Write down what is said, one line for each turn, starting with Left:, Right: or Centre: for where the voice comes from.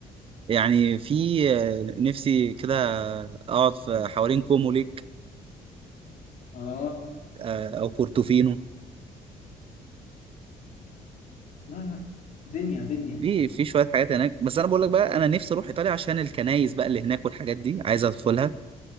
Right: يعني في آه، نفسي كده اقعد في حوالين كومو ليك
Left: اه
Right: آه، او بورتوفينو
Left: لا لا دنيا دنيا
Right: في في شويه حاجات هناك بس انا بقول لك بقى انا نفسي اروح ايطاليا عشان الكنايس بقى اللي هناك والحاجات دي عايز ادخلها